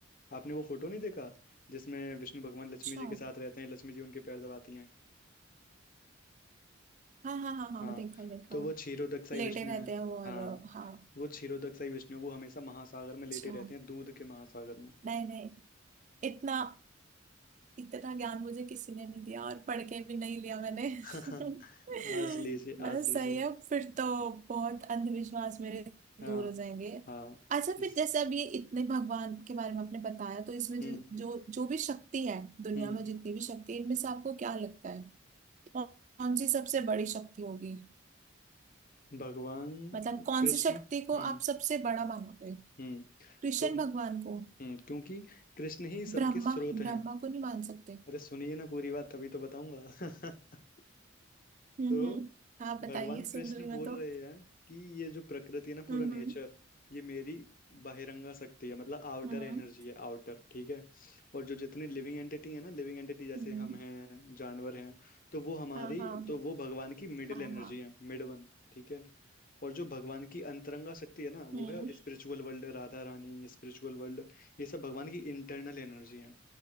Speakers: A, on the left; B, on the right.
A: आपने वो फोटो नहीं देखा जिसमें विष्णु भगवान लक्ष्मी
B: अच्छा
A: जी
B: हाँ
A: के साथ रहते हैं लक्ष्मी जी उनके पैर दबाती हैं
B: हाँ हाँ हाँ
A: हाँ
B: देखा देखा
A: तो वो क्षीरोदकसाई
B: लेटे
A: विष्णु
B: रहते
A: है
B: हैं वो और
A: हाँ
B: हाँ
A: वो क्षीरोदकसाई विष्णु वो हमेशा महासागर
B: अच्छा
A: में लेटे रहते हैं दूध के महासागर में
B: नहीं नहीं इतना इतना ज्ञान मुझे किसी ने नहीं दिया और पढ़ के भी नहीं लिया मैंने
A: <laughs>
B: <laughs>
A: आज लीजिए
B: मतलब
A: आज
B: सही
A: लीजिए
B: है फिर तो बहुत अंधविश्वास मेरे
A: हाँ
B: दूर हो जाएंगे
A: हाँ
B: अच्छा
A: इस
B: फिर जैसे अब ये इतने भगवान के बारे में आपने बताया तो इसमें
A: हम्म
B: जो जो जो भी शक्ति है दुनिया
A: हम्म
B: में जितनी भी शक्ति है इनमें से आपको क्या लगता है कौन कौन सी सबसे बड़ी शक्ति होगी
A: भगवान
B: मतलब कौन
A: कृष्ण
B: सी शक्ति को
A: हम्म
B: आप सबसे बड़ा मानोगे
A: हम्म
B: कृष्ण
A: तो
B: भगवान को
A: हम्म क्योंकि कृष्ण ही सबके
B: ब्रह्मा
A: स्रोत
B: ब्रह्मा
A: हैं
B: को नहीं मान सकते
A: अरे सुनिए ना पूरी बात तभी तो बताऊंगा <laughs>
B: हम्म
A: तो
B: हम्म हाँ बताइए
A: भगवान कृष्ण
B: सुन रही
A: बोल
B: मैं तो
A: रहे हैं कि ये जो प्रकृति है ना पूरा
B: हम्म
A: नेचर
B: हम्म
A: ये मेरी बहिरंगा शक्ति है मतलब आउटर
B: हम्म
A: एनर्जी है आउटर ठीक है और जो जितने लिविंग एंटिटी है ना लिविंग एंटिटी जैसे
B: हम्म,
A: हम हैं जानवर हैं तो वो हमारी
B: हाँ हाँ
A: तो वो भगवान की मिडिल
B: हाँ
A: एनर्जी
B: हाँ
A: है मिड वन ठीक है और जो भगवान की अंतरंगा शक्ति है ना वो
B: हम्म
A: है spiritual world Radha Rani spiritual world ये सब भगवान की इंटरनल एनर्जी है